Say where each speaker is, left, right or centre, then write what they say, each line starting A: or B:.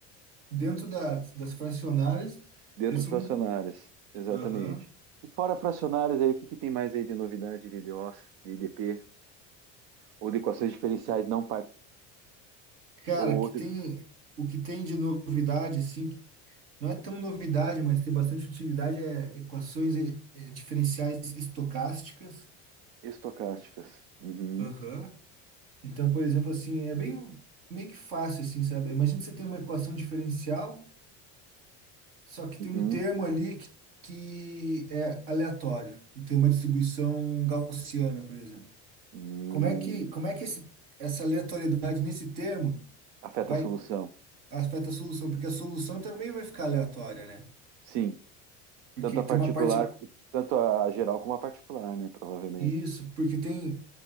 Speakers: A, on the right; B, on the right.
A: dentro das, das fracionárias,
B: Dentro
A: esse
B: das fracionárias,
A: é um,
B: exatamente.
A: aham,
B: E fora fracionárias aí, o que que tem mais aí de novidade de IDOs, de IDP, ou de equações diferenciais não par...
A: cara,
B: ou
A: que
B: outro
A: tem o que tem de novidade assim, que não é tão novidade, mas tem bastante utilidade é equações e- e diferenciais estocásticas.
B: estocásticas? Uhum,
A: Aham. Então, por exemplo, assim, é bem meio que fácil, assim, sabe? Imagina que você tem uma equação diferencial, só que tem
B: uhum,
A: um termo ali que, que é aleatório e tem uma distribuição gaussiana, por exemplo.
B: uhum.
A: Como é que, como é que esse, essa aleatoriedade nesse termo
B: Afeta
A: vai
B: a solução.
A: afeta a solução? Porque a solução também vai ficar aleatória, né?
B: Sim,
A: Porque
B: Tanto a
A: tem
B: particular,
A: uma parte,
B: tanto a geral como a particular, né? Provavelmente.
A: isso, porque tem,